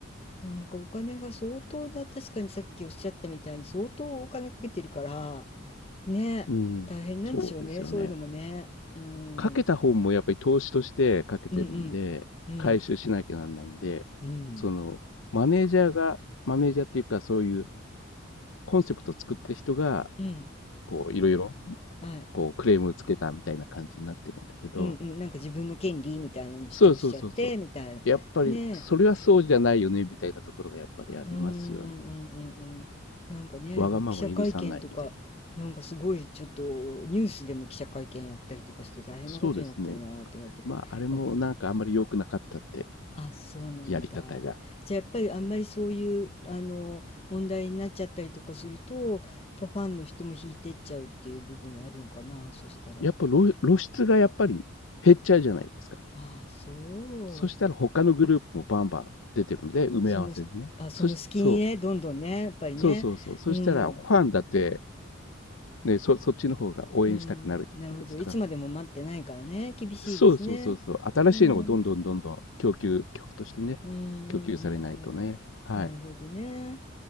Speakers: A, on the left; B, on the left.
A: なんかお金が相当だ。確かにさっきおっしゃったみたいに相当お金かけてるから、ね、
B: うん。
A: 大変なんでしょうね。
B: そうですよね。
A: そういうのもね。うん。うん
B: かけた方もやっぱり投資としてかけてるんで、
A: うん。うん。
B: 回収しなきゃなんないんで、
A: うん。
B: その、マネージャーが、マネージャーっていうかそういうコンセプトを作った人が、
A: うん。
B: こう、いろいろ、
A: はい。
B: こう、クレームをつけたみたいな感じになってるんだけど、
A: うんうんうんはいうんうんなんか自分の権利みたいなの主張しちゃって、
B: そうそうそうそう。
A: みたいな。
B: やっぱり、
A: ね
B: それはそうじゃないよね、みたいなところがやっぱりありますよね。
A: うーんうんうんうんなんかねなんか記者会見とかなんかすごいちょっとニュースでも記者会見やったりとかして大変なことになってるなと思ったけどお
B: わがまま許さないみたいな。そうですね。まあ、あれもなんかあんまり良くなかったって、
A: あそうなんだじゃあやっぱりあんまりそういうあの問題になっちゃったりとかするとやっぱファンの人も引いてっちゃうっていう部分はあるのかなそしたら
B: やり方が。やっぱ露露出がやっぱり減っちゃうじゃないですか。
A: ああそう
B: そしたら他のグループもバンバン出てるんで、埋め合わせでね。
A: そのあその隙にねどんどんねやっぱりねうん
B: そし、そう、そうそうそう。そしたらファンだって、ね、そ、そっちの方が応援したくなるじゃないですか。
A: うん、なるほど。いつまでも待ってないからね。厳しいですね。
B: そうそうそうそう。新しいのがどんどんどんどん供給、
A: うん、
B: 曲としてね、
A: うん、うん、
B: 供給されないとね。
A: うん、
B: はい。
A: うん。なるほどね。